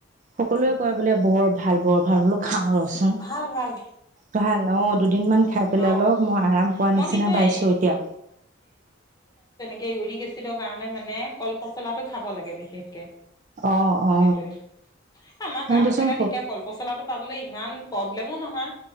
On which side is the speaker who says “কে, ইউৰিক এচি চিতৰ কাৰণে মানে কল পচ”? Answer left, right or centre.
Left